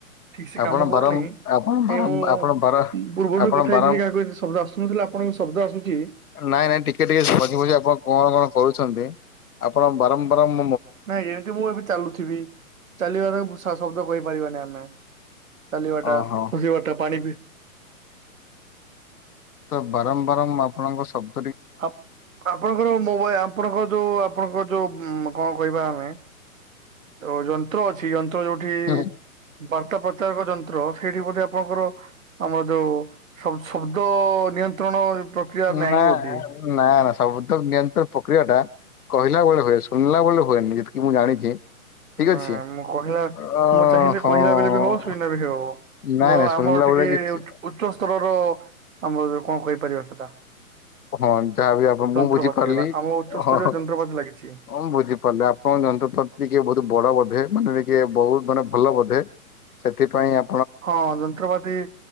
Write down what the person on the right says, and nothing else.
ଠିକ ସେ
କାମ କରୁନି।
କାହିଁକି
ମୁଁ
ପୂର୍ବରୁ
ବି କଥା
ହେଇଥିଲି କାହାକୁ ଏତେ ଶବ୍ଦ ଆସୁନଥିଲା ଆପଣଙ୍କୁ ଶବ୍ଦ ଆସୁଚି।
ନାଇଁ ଏମିତି ମୁଁ ଏବେ ଚାଲୁଥିବି ଚାଲିବାର ଶ ଶବ୍ଦ କହିପାରିବାନି ଆମେ। ଚାଲିବା
ଟା ବସିବା ଟା ପାଣି ପି
ଆପ୍ ଆପଣଙ୍କର ମୋବାଇ ଆପଣଙ୍କର ଯୋଉ ଆପଣଙ୍କର ଯୋଉ ମୋ କଁ କହିବା ଆମେ ଯ ଯନ୍ତ୍ର ଅଛି ଯନ୍ ତମେ ଯୋଉଠି
ବାର୍ତ୍ତା ପ୍ରଚାରକ ଯନ୍ତ୍ର ସେଇଠି ବୋଧେ ଆପଣଙ୍କର ଆମର ଯୋଉ ଶବ ଶବ୍ଦ ନିୟନ୍ତ୍ରଣ ପ୍ରକ୍ରିୟା ନାହିଁ
ବୋଧେ
ନା,
ମୁଁ କହିଲା
ମୁଁ ଚାହିଁଲେ
କହିଲା ବେଳେ ବି ହବ ଶୁଣିଲା ବି ହବ।
ମୋ
ଆମର
ଟିକେ
ଉଚ୍ଚ ଉଚ୍ଚ ସ୍ତରର ଆମର ଯୋଉ କଁ କହିପାରିବା ସେଟା।
ଯନ୍ତ୍ରପାତି
ହେଲା ଆମ ଉଚ୍ଚସ୍ତରୀୟ
ଯନ୍ତ୍ରପାତି ଲାଗିଛି
ହଁ ଯନ୍ତ୍ରପାତି